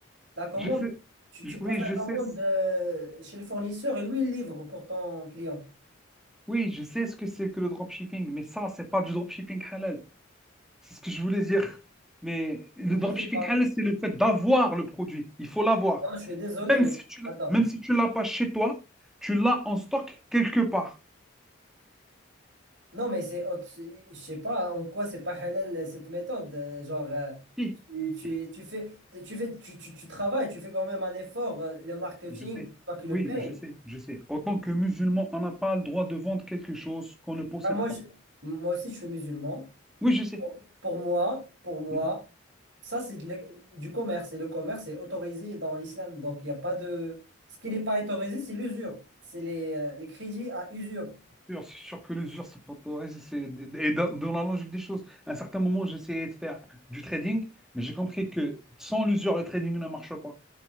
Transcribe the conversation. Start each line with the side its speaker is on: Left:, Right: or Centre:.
Right: la commande,
Centre: Je sais,
Right: tu, tu
Centre: je-
Right: passes
Centre: oui,
Right: la
Centre: je
Right: commande
Centre: sais, ce-
Right: euh, chez le fournisseur et lui, il livre pour ton client.
Centre: oui, je sais ce que c'est que le dropshipping, mais ça, c'est pas du dropshipping halal. C'est ce que je voulais dire. Mais le
Right: Pourquoi
Centre: dropshipping
Right: c'est pas?
Centre: halal, c'est le fait d'avoir le produit. Il faut l'avoir.
Right: Non, je suis désolé,
Centre: Même
Right: mais
Centre: si tu, l-
Right: attends.
Centre: même si tu l'as pas chez toi, tu l'as en stock quelque part.
Right: Non, mais c'est autre. c'est- Je sais pas en quoi c'est pas halal euh, cette méthode. euh, Genre, euh,
Centre: Si.
Right: tu, tu,
Centre: si.
Right: tu fais, tu fais, tu, tu, tu travailles, tu fais quand même un effort. euh, Le marketing,
Centre: Je sais.
Right: c'est toi qui
Centre: Oui,
Right: le paye.
Centre: oui, je sais, je sais. En tant que musulman, on n'a pas le droit de vendre quelque chose qu'on ne possède
Right: Ah, moi,
Centre: pas.
Right: je- moi aussi, je suis musulman.
Centre: Oui, je sais.
Right: Pour moi, pour moi,
Centre: Mhm.
Right: ça, c'est de l'ec- du commerce. Et le commerce est autorisé dans l'islam. Donc, il n'y a pas de. Ce qui n'est pas autorisé, c'est l'usure. C'est les, euh, les crédits à usure.
Centre: C'est sûr, c'est sûr que l'usure, c'est pas toi. Et c'est- et dans, dans la logique des choses, à un certain moment, j'essayais de faire du trading, mais j'ai compris que sans l'usure, le trading ne marche pas.